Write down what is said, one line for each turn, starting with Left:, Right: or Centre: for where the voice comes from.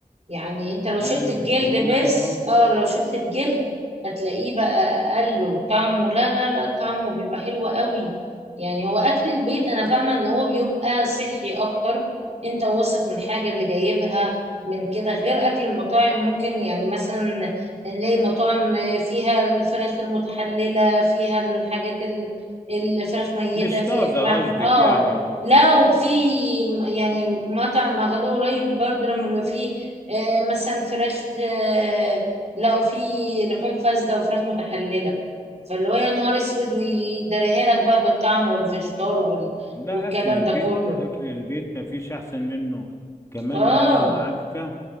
Right: يعني انت لو شلت
Left: اقل
Right: الجلد
Left: في الدهون
Right: بس
Left: ايوه
Right: اه لو شلت الجلد هتلاقيه بقى اقل وطعمه لا لا لا طعمه بيبقى حلو قوي يعني هو اكل البيت انا فاهمه ان هو بيبقى صحي اكتر انت واثق من حاجه اللي جايبها من كده غير اكل المطاعم ممكن يعني مثلا نلاقي مطاعم فيها الفراخ المتحلله فيها الحاجات ال- الفراخ ميته
Left: مش
Right: في
Left: طازه
Right: لحم
Left: قصدك
Right: اه
Left: يعني هو
Right: لو في يعني مطعم اخدوه قريب برضه لما بيبقى فيه آه، مثلا فراخ آه، لقوا فيه لحوم فاسدة وفراخ متحللة فاللي هو يا نهار اسود ويدريها لك بقى بالطعم والفيجيتار وال...
Left: ده
Right: والكلام
Left: اكل البيت
Right: ده كله
Left: اكل البيت مفيش احسن منه كمان
Right: اه
Left: انا عارفه